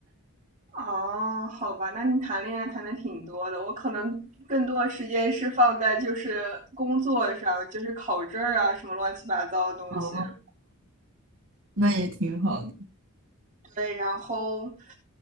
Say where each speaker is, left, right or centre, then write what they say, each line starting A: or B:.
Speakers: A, on the right; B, on the right.
A: 哦，好吧，那你谈恋爱谈的挺多的，我可能更多的时间是放在就是工作上，就是考证儿啊，什么乱七八糟的东西。
B: <laughs> 哦，那也挺好的。
A: 对，然后